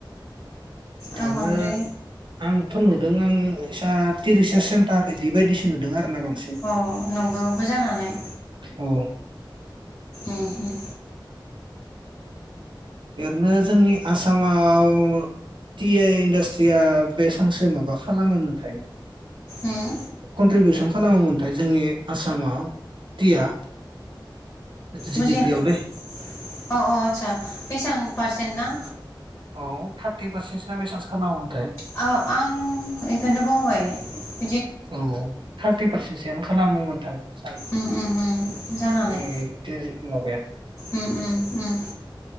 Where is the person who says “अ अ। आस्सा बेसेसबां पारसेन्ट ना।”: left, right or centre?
Left